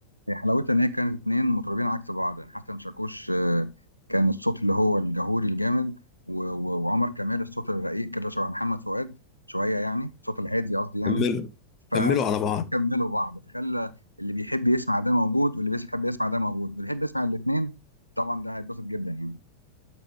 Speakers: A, on the left; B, on the left.
A: هي حلاوتها ان هي كانت اتنين مطربين عكس بعض يعني حسن شاكوش آه، كان الصوت اللي هو الجهوري الجامد و... و- وعمر كمال الصوت الرقيق كده شبه محمد فؤاد شويه يعني الصوت الهادي قصدي يعني
B: كملوا
A: فكملوا
B: كملوا على بعض
A: بعض فخلى اللي بيحب يسمع ده موجود واللي بيحب يسمع ده موجود واللي يحب يسمع الاثنين طبعا ده هيتبسط جدا يعني